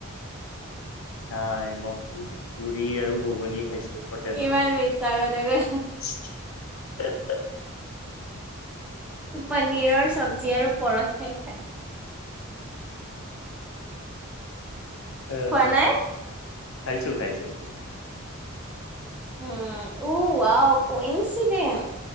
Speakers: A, on the left (about 70°); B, in the centre.
A: নাই মই পুৰি আৰু ঘুগুনী খাইছো হোটেলত
B: ইমান মিছা কথা কৈ পনীৰৰ চব্জি আৰু পৰঠ খাই
A: আহ',
B: খোৱা নাই
A: খাইছোঁ খাইছোঁ।
B: উম', উৱ গো এনছদেন।